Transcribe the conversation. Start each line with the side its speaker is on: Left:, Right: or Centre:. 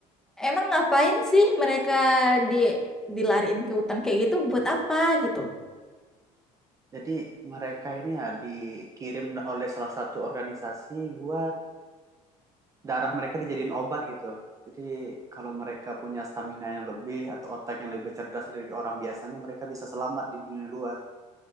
Centre: emang ngapain sih mereka di dilariin ke hutan kayak gitu buat apa gitu?
Right: Jadi mereka ini ya dikirim oleh salah satu organisasi buat darah mereka dijadiin obat gitu. Jadi kalau mereka punya stamina yang lebih atau otak yang lebih cerdas dari orang biasanya, mereka bisa selamat di dunia luar.